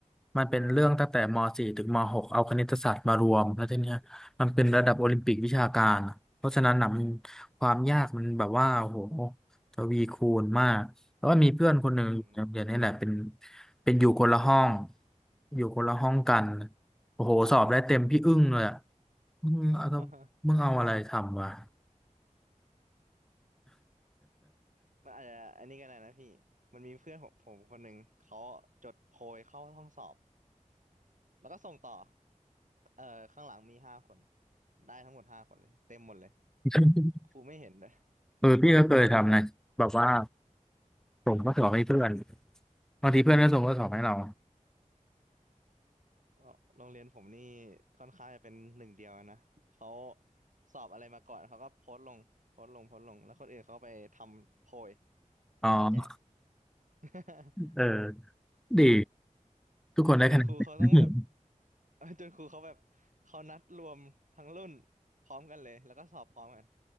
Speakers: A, in the centre; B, on the right (about 70°).
A: มันเป็นเรื่องตั้งแต่ม .4 ถึงม .6 เอาคณิตศาสตร์มารวมแล้วทีเนี้ยมันเป็นระดับโอลิมปิกวิชาการเพราะฉะนั้นนะมันความยากมันแบบว่าโอ้โหทวีคูณมากแล้วก็มีเพื่อนคนหนึ่งอยู่ในโรงเรียนนี่แหละเป็น
B: อืม
A: เป็นอยู่คนละห้องอยู่คนละห้องกันโอ้โหสอบได้เต็มพี่อึ้งเลยอ่ะมึงเอา
B: <laughs>
A: มึงเอาอะไรทำวะ
B: มันอาจจะอันนี้ก็ได้นะพี่มันมีเพื่อนของผมคนหนึ่งเขาจดโพยเข้าห้องสอบ แล้วก็ส่งต่อเอ่อข้างหลังมีห้าคนได้ทั้งหมดห้าคนเลยเต็มหมดเลย
A: <laughs>
B: ครูไม่เห็นเลย
A: เออพี่ก็เคยทำนะแบบว่าส่งข้อสอบให้เพื่อนบางทีเพื่อนก็ส่งข้อสอบให้เรา
B: <laughs> ก็โรงเรียนผมนี่ค่อนข้างจะเป็นหนึ่งเดียวนะเขาสอบอะไรมาก่อน เขาก็โพสต์ลงโพสต์ลงโพสต์ลงแล้วคนอื่นเขาไปทำโพย
A: อ๋อ
B: แล้วก็แจก <laughs>
A: เออดีทุกคนได้คะแนนเต็ม
B: จนครูเขาต้องแบบ
A: <laughs>
B: <laughs> จนครูเขาแบบเขานัดรวมทั้งรุ่นพร้อมกันเลยแล้วก็สอบพร้อมกัน